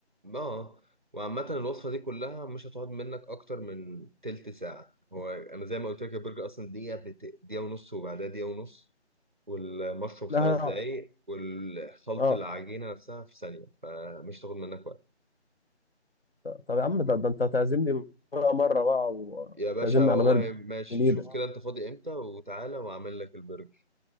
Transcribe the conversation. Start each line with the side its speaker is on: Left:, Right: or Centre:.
Right: اه وعامة الوصفة دي كلها مش هتقعد منك اكتر من تلت ساعة هو انا زي ما قلت لك البرجر اصلا دقيقة بت... دقيقة ونص وبعدها دقيقة ونص والمشروم خمس
Left: ده هيعطل
Right: دقايق والخلط
Left: اه
Right: العجينة نفسها في ثانية فمش هتاخد منك وقت
Left: طب يا عم ده, ده انت هتعزمني بقى مرة بقى وتعزمني
Right: يا باشا والله
Left: على برجر
Right: ماشي
Left: من ايدك
Right: شوف كده انت فاضي امتى وتعالى واعمل لك البرجر